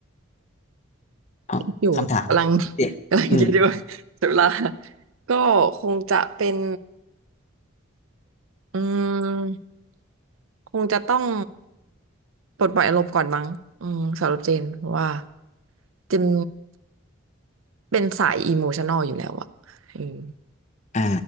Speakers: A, on the left; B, on the right.
A: เอาคำถามนี้เด็กอืม
B: อยู่กำลัง <laughs> กำลังคิดอยู่ <laughs> เสียเวลา <laughs> ก็คงจะเป็นอืมคงจะต้องปลดปล่อยอารมณ์ก่อนมั้งอืมสำหรับเจนเพราะว่าเจนเป็นสายอิโมชัน a ลอยู่แล้วอะอืม
A: อ่า